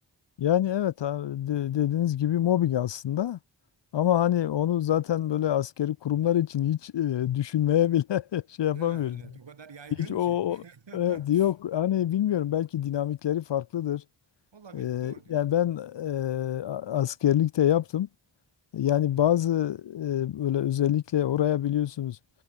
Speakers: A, on the left; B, on the right.
A: Yani evet ha, de- dediğiniz gibi mobbing aslında. Ama hani onu zaten böyle askeri kurumlar için hiç e, düşünmeye bile <laughs> şey yapamıyoruz.
B: Değil mi? Evet, o kadar yaygın
A: Hiç o
B: ki.
A: o- evet,
B: <laughs>
A: yok hani bilmiyorum belki dinamikleri farklıdır.
B: Olabilir.
A: E,
B: Doğru diyorsunuz.
A: yani ben
B: Evet.
A: e, a- askerlikte yaptım. Yani
B: Hı.
A: bazı e, böyle özellikle oraya biliyorsunuz